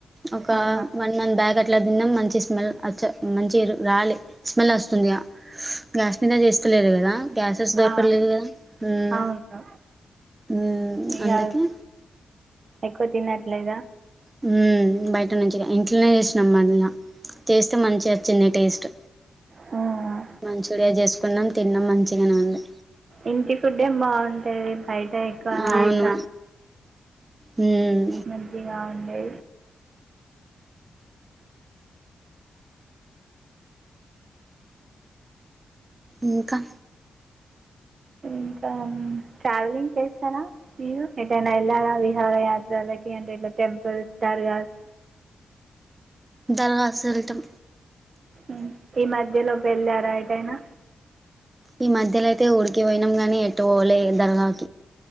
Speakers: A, on the right (about 20°); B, on the right (about 45°).
A: ఒక
B: ఆహా
A: వన్ మంత్ బ్యాక్ అట్లా తిన్నాం మంచి స్మెల్చ్చ మంచి రాలే స్మెల్ వస్తుంది గ్యాస్ మీదే చేస్తలేదు కదా గ్యాసెస్ సెస్ దరకలేదు
B: ఆ!
A: కదా ఉమ్
B: అవును
A: ఉమ్
B: ఇక
A: అందకే
B: ఎక్కువ తినట్లేదా
A: ఉమ్ బయట నుంచి ఇంట్లోనే చేసినాం మళ్ళా చేస్తే మంచిగా వచ్చింది టేస్ట్
B: హ్మ్.
A: మంచూరియా చేసుకున్నాం తిన్నాం మంచిగానే ఉంది
B: ఇంటి ఫుడ్ ఎం బాగుంటది బయట ఎక్కువ
A: అవును
B: అంత
A: మ్మ్
B: మంచిగా ఉండే
A: ఇంకా
B: ఇంకా ట్రావెలింగ్ చేస్తారా మీరు ఎకడైనా వెళ్ళారా విహార యాత్రలకి అంటే ఇట్లా టెంపుల్ దర్గాస్
A: దరఖాస్తులు ఇటం
B: ఉమ్ ఈ మధ్యలోకి వెళ్ళారా అకటైనా
A: ఈ మధ్యలో అయితే ఉడికి పోయినాం గాని ఎటు పోవళ్ళ దర్గా